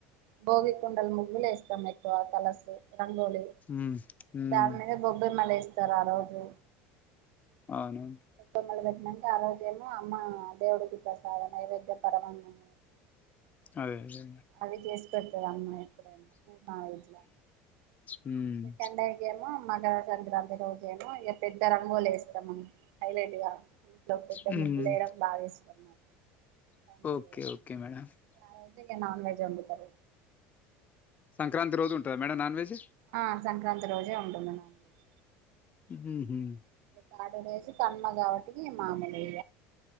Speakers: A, on the right; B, on the left.
A: భోగి కుండలు ముగ్గులు వేస్తాం ఎక్కువ కలసు రంగోలీ
B: హ్మ్ హ్మ్
A: దానిమీద గొబ్బెమ్మ లేస్ ఇతరా ఆ రోజు
B: అవును
A: గొబ్బెమ్మలు ఆ రోజు ఏమో అమ్మా దేవుడుకి ప్రసాద నైవేద్య పరమాంగమ
B: అదే అదే
A: అది చేసి పెడతారు అమ్మా ఎప్పుడైనా పూర్ణాలు ఇట్లా
B: హ్మ్.
A: సెకండ్ డే కి ఏమో మకర సంక్రాంతి రోజేమో ఇక పెద్ద రంగులీ వేస్తా మం హైలైట్ గా ఇంట్లో పెద్ద
B: హ్మ్.
A: ముగ్గు లేయడం బాగా ఇష్టం నాకు పన్లు
B: ఓకే.
A: చేయడం
B: ఓకే మేడం.
A: ఆ రోజు నాన్ వెజ్ వండుతారు
B: సంక్రాంతి రోజు ఉంటదా మేడం నాన్ వెజ్
A: ఆ సంక్రాంతి రోజే ఉంటుంది నాన్ వెజ్
B: హూ హుం
A: ఇగ తాడునేేిసి తన్ గాబట్టి మామూలే